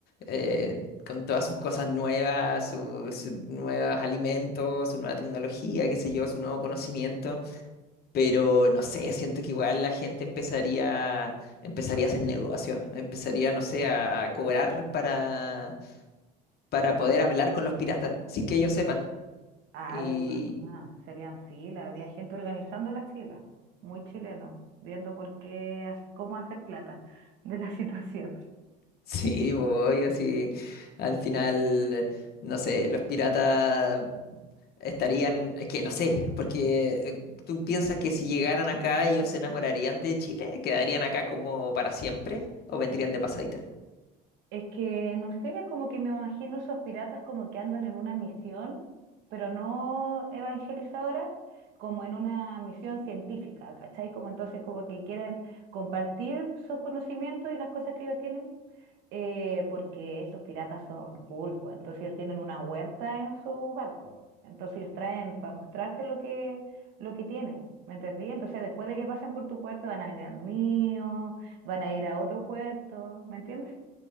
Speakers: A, on the left; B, on the right.
A: eh, con todas sus cosas nuevas, su- sus nuevos alimentos, su nueva tecnología, qué sé yo, su nuevo conocimiento. Pero no sé, siento que igual la gente empezaría, empezaría a hacer negocio, empezaría, no sé, a, a cobrar para, para poder hablar con los piratas, sin que ellos sepan.
B: Ah,
A: Y
B: Además, serían filas, habría gente organizando las filas, muy chileno, viendo por qué, hace- cómo hacer plata de la <laughs> situación.
A: <laughs> sí, voy así, al final, no sé, los piratas estarían, es que no sé, porque eh, tú piensas que si llegaran acá ellos se enamorarían de Chile, quedarían acá como para siempre o vendrían de pasadita.
B: Es que, no sé, como que me imagino esos piratas como que andan en una misión, pero no evangelizadora, como en una misión científica, ¿cachai? Como entonces como que quieren compartir sus conocimientos y las cosas que ellos tienen eh, porque estos piratas son cool, pues, entonces ellos tienen una huerta en su barco, entonces ellos traen para mostrarte lo que, lo que tienen, ¿me entendí? Entonces después de que pasen por tu puerto van a venir al mío, van a ir a otro puerto, ¿me entiendes?